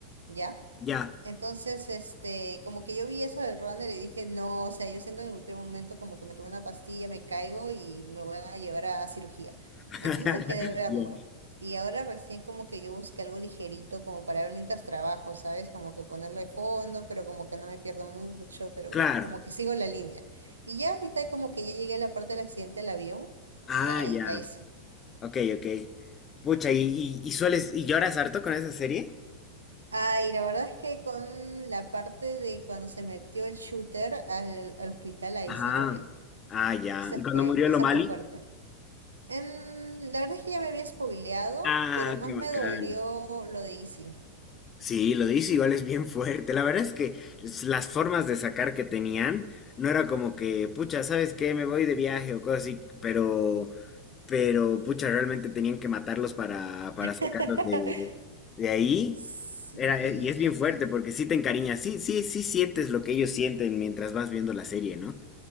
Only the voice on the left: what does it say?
Ya.
<laughs>
Ya.
Claro.
Ah,
ya.
Ok, ok. Pucha, ¿y, y, y sueles, y lloras harto con esa serie?
Ajá.
Ah, ya.
¿Y cuando
murió el
O'Malley?
Ah,
qué bacán.
Sí, lo dice igual es bien fuerte. La verdad es que s- las formas de sacar que tenían no era como que, pucha, ¿sabes qué? Me voy de viaje o cosas así, pero, pero, pucha, realmente tenían que matarlos para, para
sacarlos de, de ahí.
Era, eh, y es bien fuerte porque sí te encariñas, sí, sí, sí sientes lo que ellos sienten mientras vas viendo la serie, ¿no?